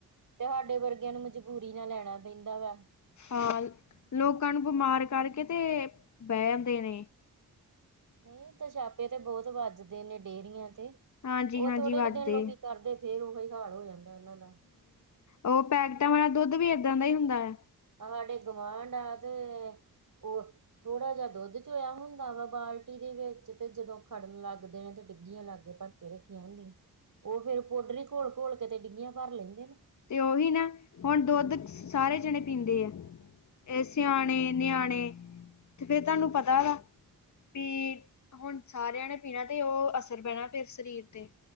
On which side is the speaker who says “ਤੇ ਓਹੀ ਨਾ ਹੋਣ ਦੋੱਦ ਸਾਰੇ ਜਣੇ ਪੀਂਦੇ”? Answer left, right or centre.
Left